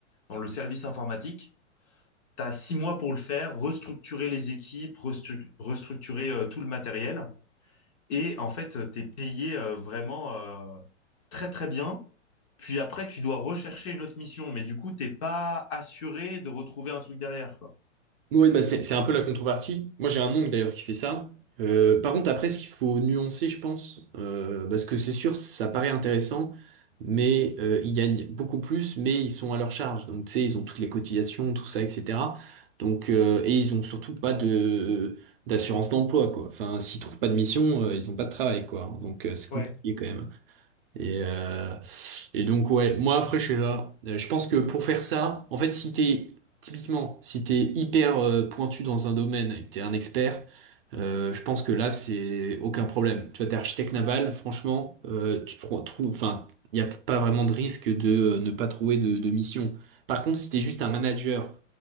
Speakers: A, on the left (about 30°); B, on the right (about 45°).
A: dans le service informatique. Tu as 6 mois pour le faire, restructurer les équipes, restru- restructurer euh, tout le matériel. Et en fait, tu es payé euh, vraiment euh, très, très bien. Puis après, tu dois rechercher une autre mission, mais du coup, t'es pas assuré de retrouver un truc derrière, quoi.
B: Oui, bah c'est c'est un peu la contrepartie. Moi, j'ai un oncle d'ailleurs qui fait ça. Euh, par contre, après, ce qu'il faut nuancer, je pense, euh, parce que c'est sûr, ça paraît intéressant, mais euh, ils gagnent beaucoup plus, mais ils sont à leur charge. Donc, tu sais, ils ont toutes les cotisations, tout ça, etc. Donc, euh, et ils ont surtout pas de d'assurance d'emploi, quoi. Enfin, s'ils trouvent pas de mission, euh, ils ont pas de travail, quoi. Donc, euh, c'est compliqué
A: Ouais,
B: quand même. Et, euh, et donc ouais, moi après je sais pas. Euh, Je pense que pour faire ça, en fait si t'es typiquement si t'es hyper euh, pointu dans un domaine et que t'es un expert, euh, je pense que là c'est aucun problème. Tu vois, t'es architecte naval, franchement, euh, tu trou- trouves, enfin, il n'y a pas vraiment de risque de euh, ne pas trouver de, de mission. Par contre, si t'es juste un manager